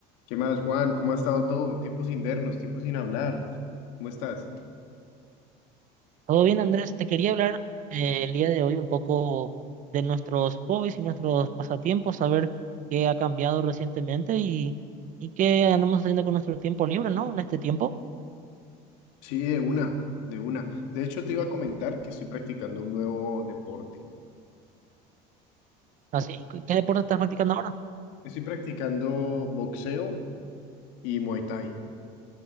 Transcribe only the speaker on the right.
Todo bien, Andrés. Te quería hablar eh, el día de hoy un poco de nuestros hobbies y nuestros pasatiempos, saber qué ha cambiado recientemente y, y qué andamos haciendo con nuestro tiempo libre, ¿no? En este tiempo.
Así, ¿qué qué deporte estás practicando ahora?